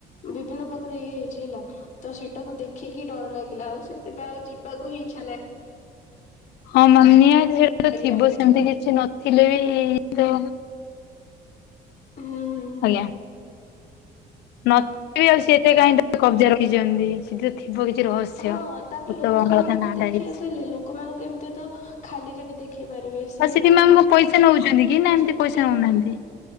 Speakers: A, on the left; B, on the left.
A: ବିଭିନ୍ନ ପ୍ରକାର ଇଏ ହେଇଛି ହେଲା ତ ସେଇଟାକୁ ଦେଖିକି ଡର ଲାଗିଲା ଆଉ ସେଥି ପାଇଁ ଆଉ ଯିବାକୁ ହିଁ ଇଛାହେଲାନି।
B: ହଁ ମାନିଆ ସେଟା
A: ଲାଗିଲାନି।
B: ତ ଥିବ ସେମିତି କିଛି ନଥିଲେ ବି ତ
A: ହୁଁ ହୁଁ।
B: ଆଜ୍ଞା। ନଥିବ ଆଉ ସେ ଏତେ କାହିଁ କଜ୍ୟା ରଖିଛନ୍ତି ସେ ତିରେ ଥିବ କିଛି ରହସ୍ୟ।
A: ହଁ ତାକୁ
B: ଭୁତ
A: ଲୋକମାନଙ୍କୁ
B: ବଙ୍ଗଳା ତା ନାଁ
A: ଦେଖିବାକୁ
B: ଟା ହେଇଛି।
A: ହେଲେ ଲୋକମାନଙ୍କୁ ଏମିତି ତ ଖାଲି ରେ ବି ଦେଖେଇ ପାରିବେ। ସେ
B: ଆଉ ସେଠି ମ୍ୟାମ କଣ ପଇସା ନଉଛନ୍ତି
A: କହୁଛନ୍ତି
B: କି ନା ଏମିତି
A: ସେ ଟିକେ
B: ପଇସା ନଉନାହାନ୍ତି।